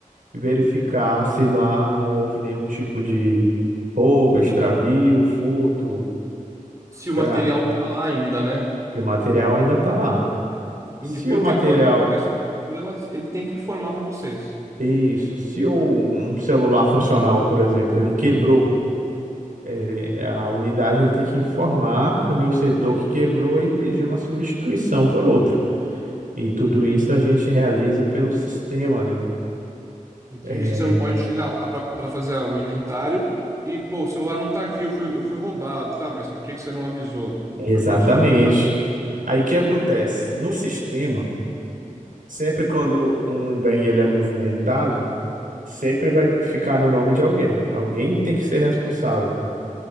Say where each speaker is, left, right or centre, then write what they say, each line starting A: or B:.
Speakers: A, on the right; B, on the right.
A: e verificar se lá não houve nenhum tipo de roubo, extravio, furto,
B: Se
A: pra...
B: o material tá lá ainda, né?
A: e o material ainda está lá.
B: Entendi.
A: Se
B: Porque
A: o material,
B: quando acontece o problema, ele tem que informar pra vocês.
A: isso, se o, um celular funcional, por exemplo, ele quebrou, ele- a unidade ele tem que informar para o meu setor que quebrou e pedir uma substituição por outro. E tudo
B: Entendi.
A: isso a gente realiza pelo sistema, né?
B: Entendi.
A: É,
B: Você não pode chegar lá para fazer a- o inventário e, pô, o celular não tá aqui, eu fui, eu fui roubado. Tá, mas por que que você não avisou?
A: exatamente.
B: Porque isso pode ficar.
A: Aí o que acontece?
B: Entendi.
A: No sistema, sempre quando um bem ele é movimentado, sempre vai ficar no nome de alguém. Alguém tem que ser responsável.